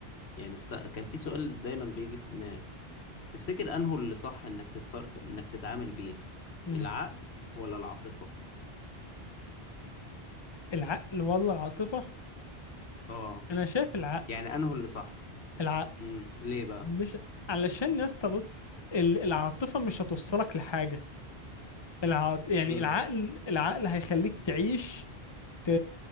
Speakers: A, on the left; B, on the left.
A: يعني است... كان في سؤال دايما بيجي في دماغي تفتكر انه اللي صح انك تتصر... انك تتعامل بيه
B: مم.
A: العقل ولا العاطفة
B: العقل ولا العاطفة
A: اه
B: انا شايف العقل
A: يعني انه اللي صح
B: العقل
A: امم ليه بقى
B: مش علشان يا اسطى بص ال- العاطفة مش هتوصلك لحاجة العاط... يعني
A: امم
B: العقل العقل هيخليك تعيش ت...